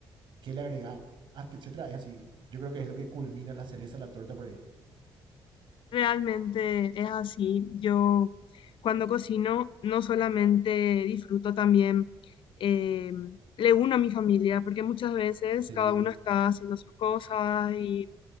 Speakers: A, on the right; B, on the left.
A: qué le agregaste, etcétera. Es así. Yo creo que es lo que culmina la cereza, la torta por ahí.
B: Realmente es así. Yo cuando cocino no solamente disfruto también, eh, le uno a mi familia, porque muchas veces
A: Sí,
B: cada uno está haciendo sus cosas y